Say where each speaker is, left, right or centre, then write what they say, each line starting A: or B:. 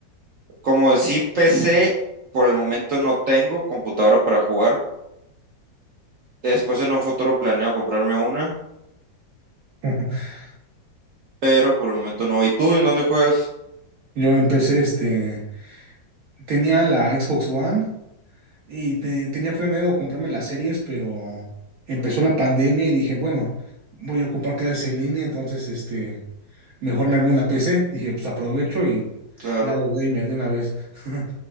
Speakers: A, on the right (about 75°); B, on the right (about 65°).
A: Como sí PC, por el momento no tengo computadora para jugar, después en un futuro planeo comprarme una,
B: <laughs>
A: pero por el momento no. ¿Y tú en dónde juegas?
B: Yo empecé, este, tenía la Xbox One Y te- tenía planeado comprarme las series, pero empezó la pandemia y dije, bueno, voy a ocupar clases en línea, entonces este, mejor me armé una PC. Dije, pues aprovecho y
A: Claro,
B: la hago gamer de una vez. <laughs>